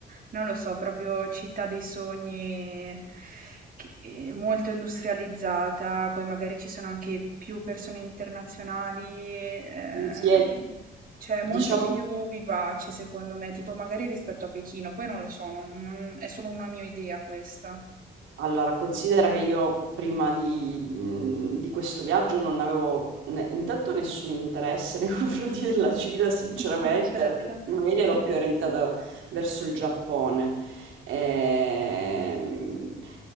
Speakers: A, on the right; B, on the right.
A: non lo so, proprio città dei sogni, che- eh, molto industrializzata, poi magari ci sono anche più persone internazionali, Sì. ehm,
B: sì, è-
A: cioè è
B: diciamo.
A: molto più vivace secondo me, tipo magari rispetto a Pechino, poi non lo so, non- non- è solo una mia idea questa.
B: Allora, considera che io prima di, mhmm, di questo viaggio non avevo ne intanto nessun interesse nei <laughs> confronti della Cina sinceramente,
A: <laughs> Mh-mh, certo.
B: perché magari ero più orientata verso il Giappone. Ehm,